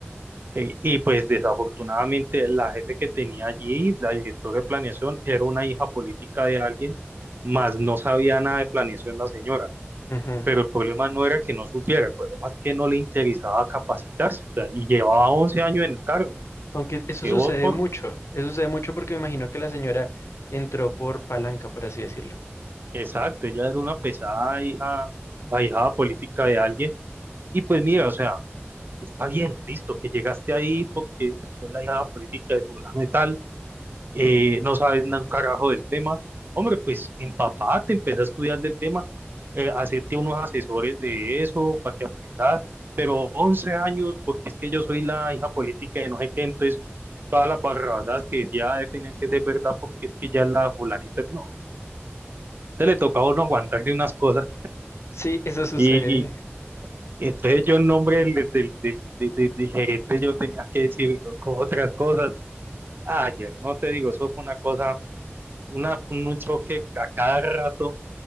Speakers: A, on the right; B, on the left.
A: Eh, y pues desafortunadamente la jefe que tenía allí, la directora de planeación, era una hija política de alguien, más no sabía nada de planeación la señora.
B: Ujú.
A: Pero el problema no era que no supiera, el problema es que no le interesaba capacitarse, o sea, y llevaba 11 años en el cargo.
B: Aunque eso
A: Llevó
B: sucede
A: por
B: mucho, eso sucede mucho porque me imagino que la señora entró por palanca, por así decirlo.
A: Exacto, ella era una pesada hija, ahijada política de alguien. Y pues mira, o sea, está bien, listo, que llegaste ahí porque fue la hijada política de fulano y tal, eh, no sabes nada un carajo del tema. Hombre, pues empapate, empecé a estudiar del tema, eh, hacerte unos asesores de eso para que aprendas. Pero 11 años, porque es que yo soy la hija política de no sé qué, entonces todas las barradas que decía eh, tenían que ser verdad porque es que ya la fulanita, no, te le tocaba a uno aguantarle unas cosas.
B: Sí, eso sucede.
A: Y, y entonces yo en nombre del, del, del, del- del del gerente yo tenía que decir co- otras cosas. Ayer, no te digo, eso fue una cosa, una, un choque a cada rato,